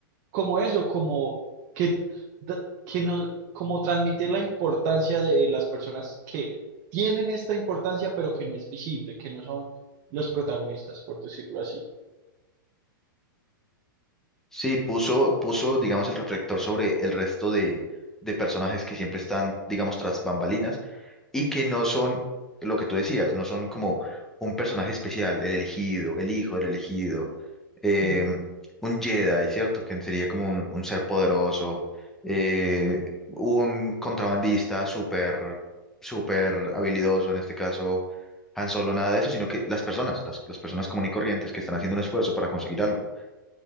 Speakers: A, on the right (about 40°); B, in the centre.
A: como eso, como que, d- que no, como transmitir la importancia de las personas que tienen esta importancia, pero que no es visible, que no son los protagonistas, por decirlo así.
B: Sí, puso, puso, digamos, el reflector sobre el resto de, de personajes que siempre están, digamos, tras bambalinas y que no son lo que tú decías, no son como un personaje especial, el elegido, el hijo del elegido, eh,
A: Ujú.
B: un Jedi, ¿cierto? Que sería como un, un ser poderoso, eh, un contrabandista súper, súper habilidoso, en este caso Han Solo, nada de eso, sino que las personas, las, las personas común y corrientes que están haciendo un esfuerzo para conseguir algo.